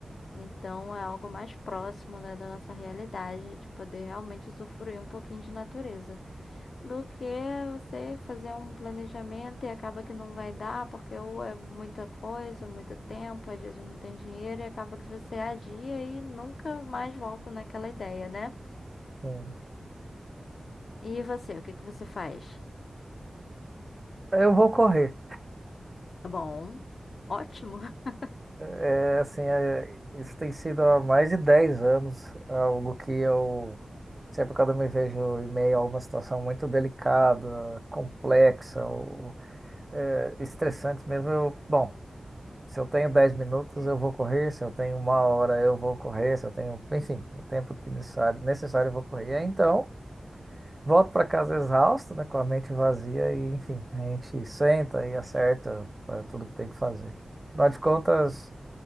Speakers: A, on the left; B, on the right.
A: Então é algo mais próximo, né, da nossa realidade, de poder realmente usufruir um pouquinho de natureza do que você fazer um planejamento e acaba que não vai dar, porque ou é muita coisa, muito tempo, às vezes não tem dinheiro, e acaba que você adia e nunca mais volta naquela ideia, né?
B: uhum.
A: E você, o que que você faz?
B: Eu vou correr.
A: É Bom, ótimo. <laughs>
B: É, assim, é, isso tem sido há mais de 10 anos, algo que eu sempre quando eu me vejo em meio a uma situação muito delicada, complexa ou é, estressante mesmo, eu, bom, se eu tenho 10 minutos eu vou correr, se eu tenho uma hora eu vou correr, se eu tenho, enfim, o tempo que necessário, necessário eu vou correr. E aí, então, volto para casa exausto, né, com a mente vazia e, enfim, a gente senta e acerta é, tudo que tem que fazer. Afinal de contas,